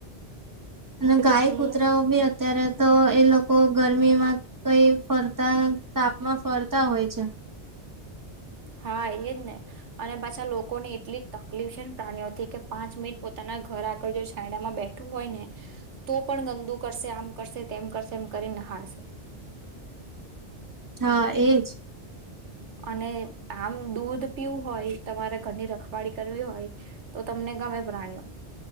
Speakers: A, on the right (about 15°); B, on the right (about 80°).
A: અને ગાય
B: કે હું
A: કુતરાઓ બી અત્યારે તો એ લોકો ગરમીમાં કઈ ફરતા તાપમાં ફરતા હોય છે.
B: હા એજ ને, અને પાછા લોકોને એટલી તકલીફ છે ને પ્રાણીઓથી કે પાંચ મિનિટ પોતાના ઘર આગળ જો છાંડામાં બેઠું હોય ને, તો પણ ગંદુ કરશે આમ કરશે તેમ કરશે એમ કરી નહાળશે.
A: હા એજ.
B: અને આમ દૂધ પીવું હોય તમારે ઘરની રખવાળી કરવી હોય, તો તમને ગમે પ્રાણીઓ,